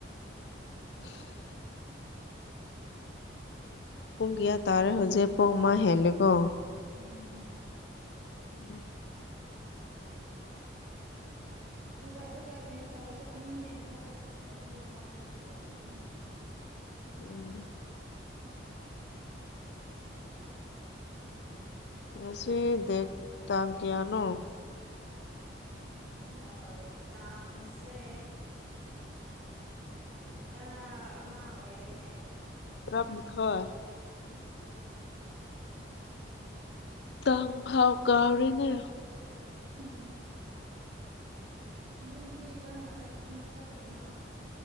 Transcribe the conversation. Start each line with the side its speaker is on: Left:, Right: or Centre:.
Left: <unintelligible> ꯄꯨꯡ ꯀꯌꯥ ꯇꯥꯔꯦ ꯍꯧꯖꯤꯛ ꯄꯨꯡ ꯑꯃ ꯍꯦꯜꯂꯦꯀꯣ
Right: ꯎꯝ
Left: <inaudible>
Right: ꯄꯨꯔꯛꯂꯒ ꯀꯩꯅꯣ ꯇꯧꯔꯁꯦ ꯑꯅꯤ ꯑꯗꯨꯋꯥꯏꯗ ꯑꯗꯨꯝ ꯆꯥꯕꯁꯨ ꯂꯩꯕꯅꯤꯅ
Left: <inaudible> ꯉꯁꯤ ꯗꯦꯠ ꯇꯥꯡ ꯀꯌꯥꯅꯣ
Right: <unintelligible> ꯇꯥꯡꯁꯦ ꯇꯔꯥ ꯑꯃ ꯑꯣꯏꯔꯦꯅꯦ
Left: ꯇꯔꯥꯃꯊꯣꯏ ꯇꯥꯡꯐꯥꯎ ꯀꯥꯎꯔꯦꯅꯦ
Right: ꯎꯝ ꯏꯕꯨꯡꯗꯨꯗꯤ ꯀꯔꯝ ꯀꯥꯟꯗ ꯑꯃꯨꯛ ꯆꯠꯇꯣꯏꯅꯣ